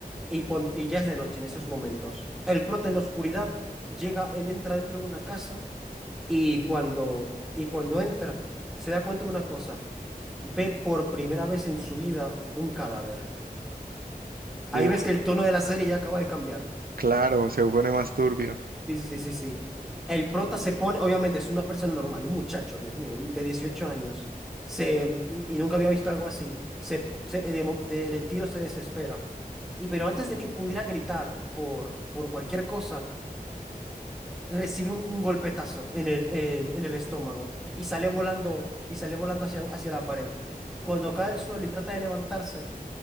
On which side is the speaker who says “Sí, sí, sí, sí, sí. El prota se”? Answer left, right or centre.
Centre